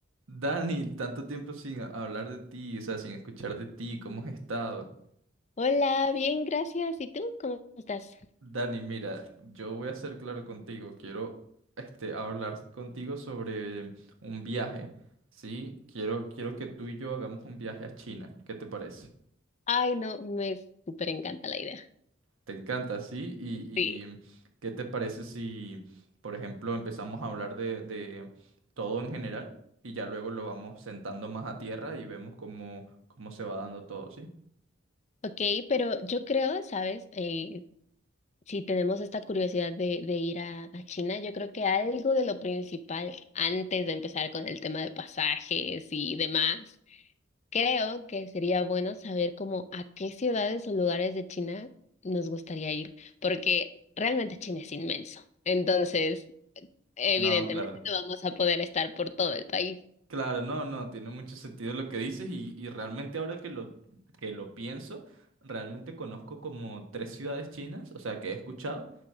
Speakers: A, on the right; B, on the left.
A: Dani, tanto tiempo sin a- hablar de ti, o sea, sin escuchar de ti, ¿cómo has estado?
B: Hola, bien, gracias. ¿Y tú? ¿Cómo estás?
A: Dani, mira, yo voy a ser claro contigo, quiero este, hablar contigo sobre un viaje, ¿sí? Quiero, quiero que tú y yo hagamos un viaje a China, ¿qué te parece?
B: Ay, no, me súper encanta la idea.
A: ¿Te encanta, sí? ¿Y, y
B: Sí.
A: qué te parece si, por ejemplo, empezamos a hablar de, de todo en general y ya luego lo vamos sentando más a tierra y vemos cómo, cómo se va dando todo, ¿sí?
B: Ok, pero yo creo, ¿sabes? Eh, si tenemos esta curiosidad de, de ir a, a China, yo creo que algo de lo principal antes de empezar con el tema de pasajes y demás, creo que sería bueno saber como a qué ciudades o lugares de China nos gustaría ir, porque realmente China es inmenso. Entonces, evidentemente
A: No, claro.
B: no vamos a poder estar por todo el país.
A: Claro, no, no, tiene mucho sentido lo que dices y, y realmente ahora que lo, que lo pienso, realmente conozco como tres ciudades chinas, o sea, que he escuchado.